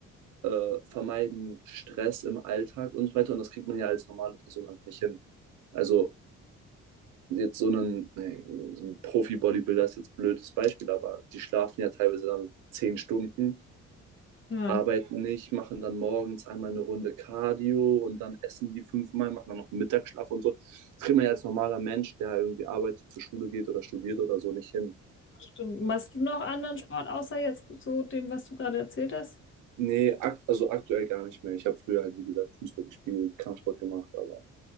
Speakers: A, on the right; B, on the left.
A: äh, vermeiden Stress im Alltag und so weiter. Und das kriegt man ja als normale Person einfach nicht hin. Also jetzt so einen, nee, so ein Profi-Bodybuilder ist jetzt ein blödes Beispiel, aber die schlafen ja teilweise dann zehn Stunden
B: Ja,
A: arbeiten nicht, machen dann morgens einmal eine Runde Cardio und dann essen die fünfmal, machen dann noch einen Mittagsschlaf und so. Das kriegt man ja als normaler Mensch, der irgendwie arbeitet, zur Schule geht oder studiert oder so nicht hin.
B: das stimmt. Machst du noch anderen Sport außer jetzt so dem, was du gerade erzählt hast?
A: Nee, ak also aktuell gar nicht mehr. Ich habe früher halt, wie gesagt, Fußball gespielt, Kampfsport gemacht, aber